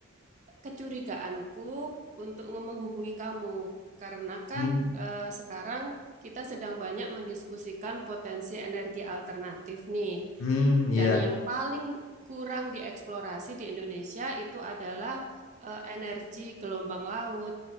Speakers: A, on the right; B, on the left.
A: kecurigaanku untuk nge- menghubungi kamu. Karena kan
B: Hmm,
A: eh, sekarang kita sedang banyak mendiskusikan potensi energi alternatif nih.
B: hmm, iya,
A: Dan yang paling kurang dieksplorasi di Indonesia itu adalah eh, energi gelombang laut.